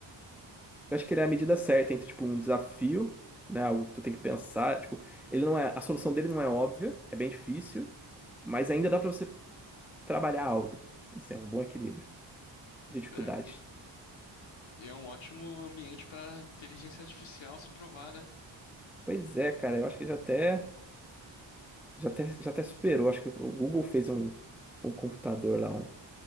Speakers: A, in the centre; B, on the left.
A: Eu acho que ele é a medida certa entre, tipo, um desafio, né? Algo que tu tem que pensar. Tipo, ele não é, a solução dele não é óbvia, é bem difícil, mas ainda dá pra você trabalhar algo. Assim, é um bom equilíbrio de dificuldade.
B: É, é. E, e é um ótimo ambiente para inteligência artificial se provar, né?
A: Pois é, cara, eu acho que já até, já até, já até superou. Acho que o Google fez um, um computador lá, um,